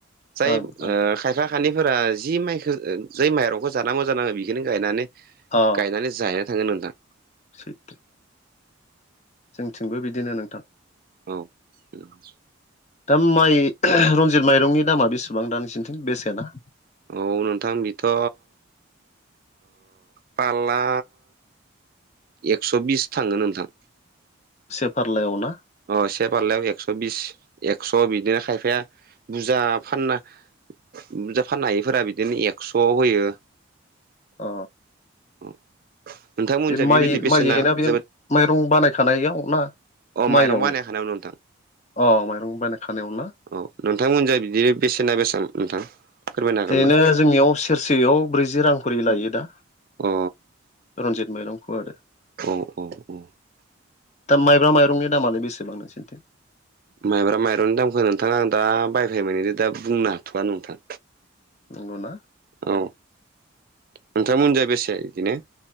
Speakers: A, on the right (about 45°); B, on the left (about 35°).
A: जाय
B: ओं ओं
A: खायफा खानिफोरा जि माइखौ जै माइरंखौ जानांगौ जानाङो बेखौनो गायनानै
B: अ
A: गायनानै जाहैनो थांगोन नोंथां
B: सैथो जोंथिंबो बिदिनो नोंथां
A: औ ओम
B: दा माइ रनजित माइरंनि दामा बेसेबां दा नोंसोरनिथिं बेसेना
A: औ नोंथां बेथ' पाला एक्स' बिस थाङो नोंथां
B: से फारलायाव ना
A: अ से फारलायाव एकस' बिस एक्स' बिदिनो खायफाया बुरजा फानना बुजा फाननो हायिफोरा बिदिनो एक्स' होयो
B: अ
A: <inaudible>
B: बे माइ
A: बेबायदि बेसेना
B: माइ ना बे
A: जोबोद
B: माइरं बानायखानायाव ना
A: अ
B: माइयावनो
A: माइरं बानायखानायाव नोंथां
B: अ माइरं बानायखानायाव ना
A: अ नोंथांमोनजों बिदिनो बेसेना सेबां नोंथां फोरमायनो हागोन
B: ओरैनो
A: ना
B: जोंनियाव सेरसेयाव ब्रैजि रां खरि लायो दा
A: अ
B: रनजित माइरंखौ आरो
A: औ-औ-औ
B: दा माइब्रा माइरंनि दामालाय बेसेबां नोंसिनिथिं
A: माइब्रा माइरंनि दामखो नोंथाङा आं दा बायफेर मोनिनि दा बुंनो हाथ'वा नोंथां
B: नंगौना
A: औ नोंथांमोनजाय बेसे बिदिनो